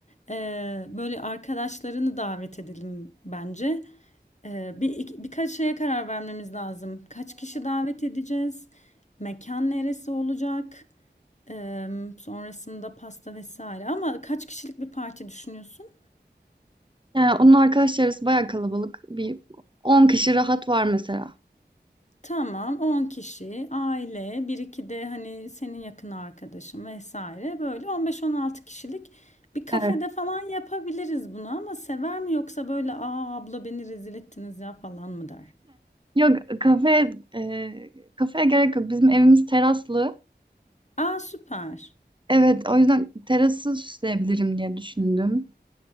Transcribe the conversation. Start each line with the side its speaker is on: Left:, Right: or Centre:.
Left: Ee, böyle arkadaşlarını davet edelim bence. Ee, bir, iki- birkaç şeye karar vermemiz lazım. Kaç kişi davet edeceğiz? Mekan neresi olacak? Em, sonrasında pasta vesaire. Ama kaç kişilik bir parti düşünüyorsun?
Right: Yani onun arkadaş çevresi bayağı kalabalık. Bir 10 kişi rahat var mesela.
Left: Tamam, 10 kişi, aile, bir iki de hani senin yakın arkadaşın vesaire. Böyle 15-16 kişilik bir kafede
Right: Evet.
Left: falan yapabiliriz bunu ama sever mi yoksa böyle aa abla beni rezil ettiniz ya falan mı der?
Right: Yok kafe eee kafeye gerek yok. Bizim evimiz teraslı.
Left: Aa süper.
Right: Evet, o yüzden terası süsleyebilirim diye düşündüm.